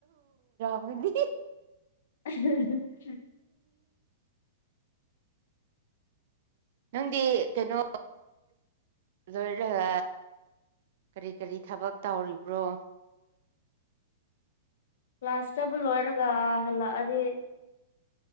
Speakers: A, on the right (about 60°); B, on the left (about 65°).
A: ꯍꯗꯤ
B: ꯎ
A: ꯅꯪꯗꯤ ꯀꯩꯅꯣ ꯂꯣꯏꯔ ꯀꯔꯤ ꯀꯔꯤ ꯊꯕꯛ ꯇꯧꯔꯤꯕ꯭ꯔꯣ
B: ꯀ꯭ꯂꯥꯁꯇꯕꯨ ꯂꯣꯏꯔꯒ ꯍꯜꯂꯛꯑꯗꯤ